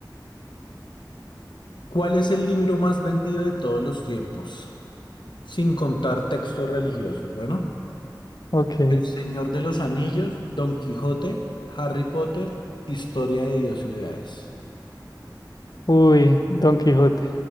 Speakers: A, on the left; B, on the left.
A: ¿Cuál es el libro más vendido de todos los tiempos? Sin contar textos religiosos. Bueno,
B: Ok.
A: El Señor de los Anillos, Don Quijote, Harry Potter, Historia de Dios y Ciudades.
B: Uy, Don Quijote.